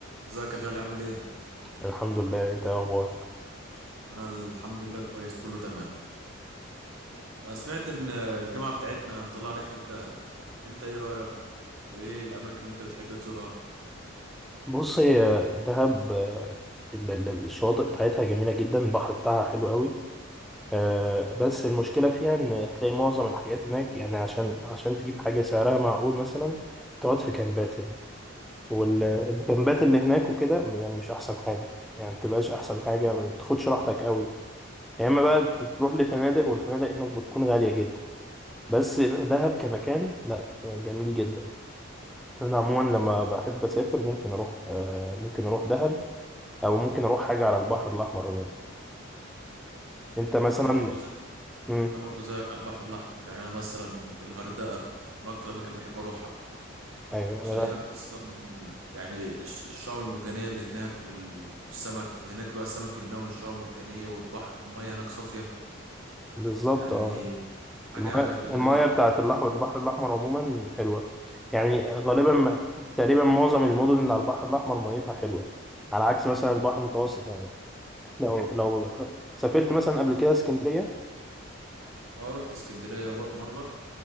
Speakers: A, on the right; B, in the centre.
A: ازيك يا غالي عامل ايه؟
B: الحمد لله انت ايه اخبارك
A: انا الحمد لله كويس كله تمام انا سمعت ان الجامعة بتاعتنا مطلعة رحلة لدهب انت ايه رأيك وايه الاماكن اللي انت بتحب تزورها؟
B: بص هي دهب آه، ال- ال- الشواطئ بتاعتها جميله جدا البحر بتاعها حلو قوي آه،
A: مم.
B: بس المشكله فيها ان تلاقي معظم الحاجات هناك يعني عشان عشان تجيب حاجه سعرها معقول مثلا تقعد في كامبات هناك والكامبات اللي هناك وكده يعني مش احسن حاجه يعني ما بتبقاش احسن حاجه ما بتاخدش راحتك قوي يا اما بقى تروح لفنادق والفنادق هناك بتكون غاليه جدا بس دهب كمكان لا يعني جميل جدا انا عموما لما بحب اسافر ممكن اروح آه، ممكن اروح دهب او ممكن اروح حاجه على البحر الاحمر عموما انت مثلا
A: انا برضو زيك
B: امم
A: انا برضو زيك على البحر الاحمر يعني انا مثلا الغردقة من اكتر الاماكن اللي بحب اروحها
B: ايوه
A: عشان
B: أنا-
A: هناك اصلا يعني الش- الشعاب المرجانية اللي هناك وال- والسمك هناك بقى السمك الملون والشعاب المرجانية والبحر والمية هناك صافية
B: بالظبط
A: يعني
B: اه
A: حاجة
B: المايه
A: جميلة
B: المايه
A: جدا
B: بتاعت الأح- البحر الاحمر عموما حلوه يعني غالبا ما- تقريبا معظم المدن اللي على البحر الاحمر ميتها حلوه على عكس مثلا البحر المتوسط يعني لو لو سافرت مثلا قبل كده اسكندريه
A: اه رحت اسكندرية بر- مرة